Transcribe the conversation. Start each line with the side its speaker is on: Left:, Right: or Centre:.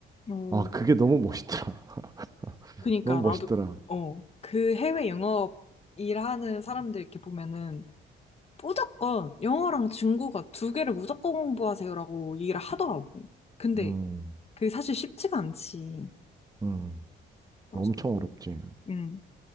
Left: 음.
Right: 아 그게 너무 멋있더라. <laughs>
Left: 그니까
Right: 너무
Left: 나도
Right: 멋있더라.
Left: 어 그 해외 영업 일하는 사람들 이렇게 보면은 무조건 영어랑 중국어 두 개를 무조건 공부하세요라고 얘기를 하더라고. 근데
Right: 음,
Left: 그게 사실 쉽지가 않지.
Right: 음,
Left: 맞아.
Right: 엄청 어렵지.
Left: 응